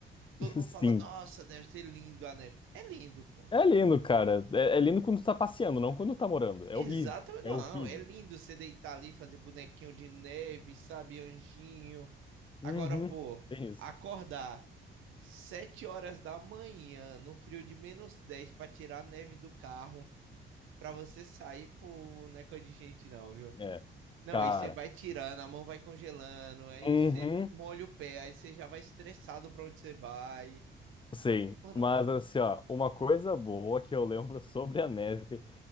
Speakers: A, on the right; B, on the left.
A: Todo
B: <laughs>
A: mundo
B: Sim.
A: fala, nossa, deve ser lindo a neve. É lindo, pô.
B: É lindo, cara. É, é lindo quando tu tá passeando, não quando tá morando. É
A: Exatamente,
B: horrível.
A: não,
B: É horrível.
A: é lindo você deitar ali, fazer bonequinho de neve, sabe, anjinho. Agora,
B: Uhum.
A: pô,
B: Tem isso.
A: acordar sete horas da manhã, no frio de menos 10 pra tirar a neve do carro, pra você sair, pô, não é coisa de gente não, viu?
B: É,
A: Não,
B: cara.
A: aí você vai tirando, a mão vai congelando, aí
B: Uhum.
A: você molha o pé, aí você já vai estressado pra onde você vai.
B: Sim,
A: Mano,
B: mas assim, ó, uma coisa boa que eu lembro <laughs> sobre a neve,